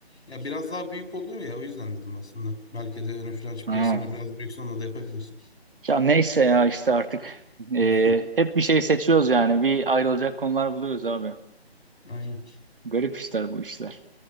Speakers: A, on the left (about 75°); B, on the right (about 55°).
A: Ya biraz daha büyük oluyor ya o yüzden dedim aslında. Belki de hani French
B: Ha.
A: press'ini de biraz büyükse onu da yapabilirsin.
B: Ya neyse ya işte artık e,
A: <laughs>
B: hep bir şey seçiyoruz yani. Bir ayrılacak konular buluyoruz abi.
A: Aynen.
B: Garip işler bu işler.